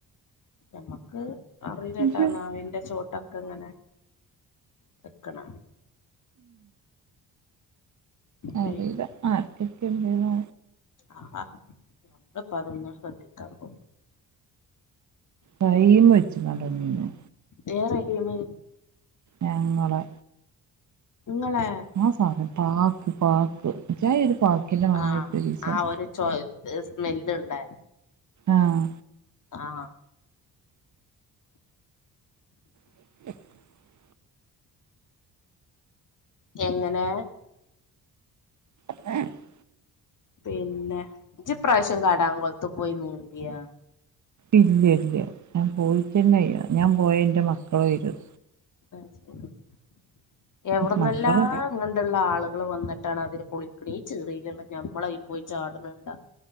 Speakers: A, on the left; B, on the right.
A: നമ്മക്ക് അറില്ലെട്ടാന്ന
B: ജ്ജ്
A: <unintelligible> ട്ടക്കങ്ങനെ വെക്കണ പിന്നെ
B: അറീല്ല ആർക്കൊക്കെ ഇണ്ട്‌ന്ന്
A: ആഹ് ഞമ്മളിപ്പതൊന്നും ശ്രദ്ധിക്കാൻ പോ
B: കൈ വെച്ച <unintelligible>
A: എ റഹീമ്
B: ഞങ്ങളെ
A: ങ്ങളെള
B: ആഹ് സാധം പാക്ക് പാക്ക് <unintelligible> മണായിപ്പോയി
A: ആഹ്
B: ഒരീസം
A: ആഹ് ഒരു ചോ സ്മെല്ള്ള
B: ആഹ്
A: ആഹ്
B: <inaudible>
A: യങ്ങനെ
B: <inaudible>
A: പിന്നെ ഇജ്ജ്ഇപ്രാവശ്യം കടാങ്കോളത്ത് പോയി നീന്തിയാാ
B: ഇല്ല ഇല്ല ഞാൻ പോയിണ്ടായില്ല ഞാൻ പോയ എൻ്റെ മക്കള് വരും
A: <unintelligible> യവിടന്നല്ലാം
B: മക്കള്
A: ഇങ്ങണ്ട്ള്ള ആളുകൾ വന്നിട്ട് ട്ടാണ് അതിരു പൊളിക്കണ ഈ ചെറിയയില്ള്ള നമ്മളയി പോയി ചാടണ്ണ്ണ്ട